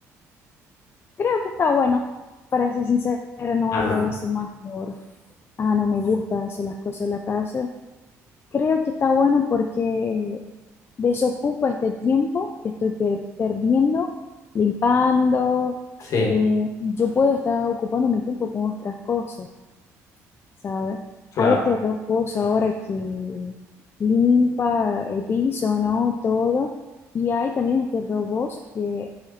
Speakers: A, on the left; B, on the left.
A: Creo que está bueno. Para ser sincera no
B: Ajá,
A: hablo de eso más por, ah, no me gusta hacer las cosas en la casa. Creo que está bueno porque desocupa este tiempo que estoy per- perdiendo, limpando.
B: sí,
A: eh, yo puedo estar ocupando mi tiempo con otras cosas, ¿sabes?
B: claro,
A: Hay este robots ahora que limpa el piso, ¿no? Todo. Y hay también este robots que